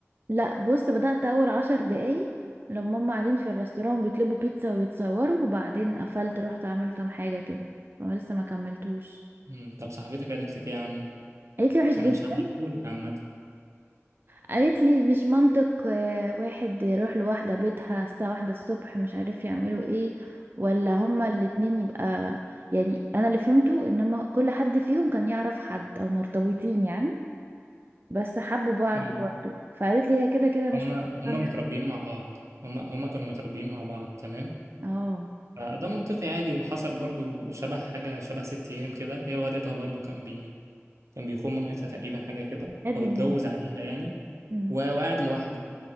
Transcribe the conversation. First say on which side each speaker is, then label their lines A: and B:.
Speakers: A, on the right (about 45°); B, on the right (about 80°).
A: لا بص بدأت أول عشر دقايق لما هما قاعدين في الريستوران بيطلبوا بيتزا ويتصوروا وبعدين قفلت رحت أعمل كام حاجة كده فما لسه ما كملتوش
B: مم. طب صاحبتك قالت لك إيه عنه؟
A: قالت لي وحش
B: انا
A: جدا
B: مش هحرقهولك عامه
A: قالت لي مش منطق آه، واحد يروح لواحدة بيتها الساعة واحدة الصبح مش عارف يعملوا ايه ولا هما الاتنين يبقى يعني أنا اللي فهمته إن هما كل حد فيهم كان يعرف حد أو مرتبطين يعني بس حبوا بعض
B: ايوه
A: برضه فقالت لي هي كده كده مش
B: هما
A: مقتنعة
B: هما متربيين مع بعض هما هما كانوا متربيين مع بعض تمام
A: اه
B: فده منطقي عادي وحصل برضو شبه حاجه شبه ست ايام كده هي والدها برضو كان بي كان بيخون مامتها تقريبا حاجه كده
A: هادي
B: او اتجوز
A: النية.
B: عليها يعني
A: مم.
B: و- وقعد لوحده